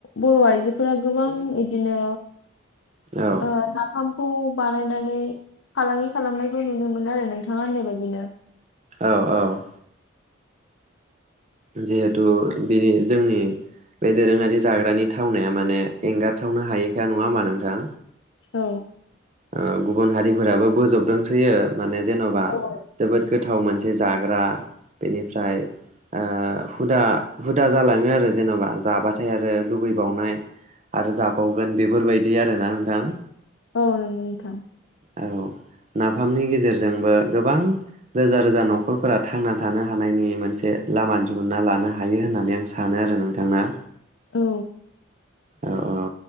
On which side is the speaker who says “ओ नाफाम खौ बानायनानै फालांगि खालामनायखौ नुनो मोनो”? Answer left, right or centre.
Left